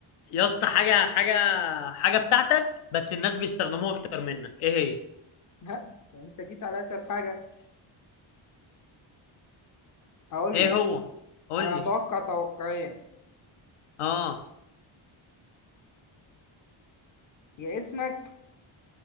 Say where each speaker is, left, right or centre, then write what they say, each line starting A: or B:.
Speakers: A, on the left; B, on the left.
A: يا اسطى حاجه حاجه حاجه بتاعتك بس الناس بيستخدموها اكتر منك ايه هي
B: ها يعني انت جيت على اسهل حاجة هقول
A: ايه
B: لك
A: هو قول
B: انا
A: لي
B: اتوقع توقعين
A: اه
B: يا اسمك